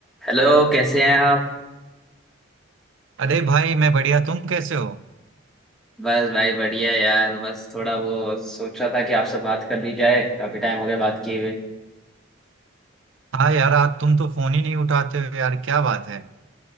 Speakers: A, in the centre; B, on the right.
A: Hello कैसे हैं आप
B: अरे भाई मैं बढ़िया तुम कैसे हो
A: बस भाई बढ़िया यार बस थोड़ा वो सोच रहा था कि आपसे बात कर ली जाए काफी टाइम हो गया बात किए हुए
B: हाँ यार आज तुम तो फोन ही नहीं उठाते हो यार क्या बात है